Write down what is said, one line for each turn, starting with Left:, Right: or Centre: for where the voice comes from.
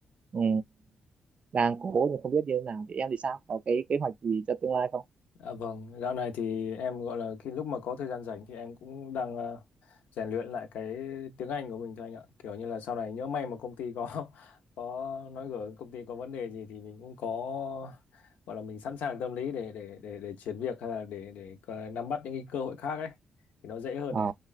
Right: ừ, đang cố nhưng không biết như thế nào thì em thì sao có cái kế hoạch gì cho tương lai không
Left: À, vâng, dạo này thì em gọi là khi lúc mà có thời gian rảnh thì em cũng đang ờ, rèn luyện lại cái tiếng Anh của mình thôi anh ạ. Kiểu như là sau này nhỡ may mà công ty có <laughs> có nói gở công ty có vấn đề gì thì mình cũng có gọi là mình sẵn sàng tâm lý để để để để chuyển việc hay là để để ờ, nắm bắt những cái cơ hội khác ấy thì nó dễ hơn
Right: Ờ,
Left: ấy.